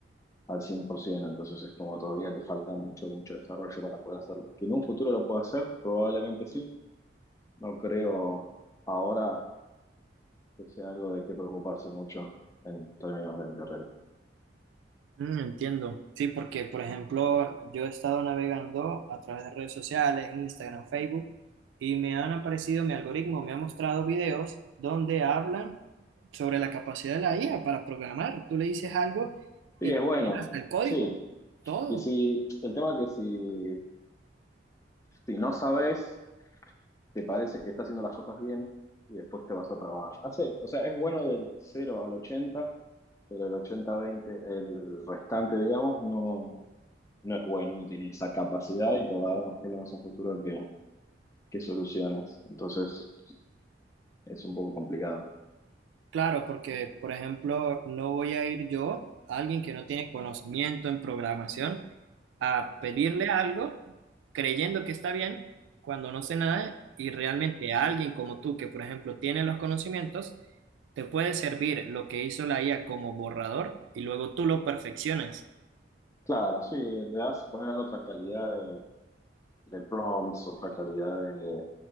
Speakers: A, on the left (about 15°); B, on the right (about 80°).
A: al 100%, entonces es como todavía le falta mucho, mucho desarrollo para poder hacerlo. Que en un futuro lo pueda hacer, probablemente sí, no creo ahora que sea algo de qué preocuparse mucho en términos de mi carrera.
B: Mm, entiendo. Sí, porque, por ejemplo, yo he estado navegando a través de redes sociales, Instagram, Facebook, y me han aparecido, mi algoritmo me ha mostrado videos donde hablan sobre la capacidad de la IA para programar. Tú le dices algo
A: Sí,
B: y
A: es bueno,
B: tiene hasta el código,
A: sí,
B: todo.
A: que si, el tema es que si, si no sabes te parece que está haciendo las cosas bien y después te vas a trabajar. Hace, o sea, es bueno del cero al ochenta, pero el ochenta veinte, el restante, digamos, no, no es bueno, no tiene esa capacidad y te va a dar más problemas en futuro que, que soluciones. Entonces, es un poco complicado.
B: Claro, porque, por ejemplo, no voy a ir yo, alguien que no tiene conocimiento en programación, a pedirle algo creyendo que está bien cuando no sé nada y realmente a alguien como tú que por ejemplo tiene los conocimientos te puede servir lo que hizo la IA como borrador y luego tú lo perfeccionas.
A: Claro, sí, le das poner otra calidad de, de prompts, otra calidad de,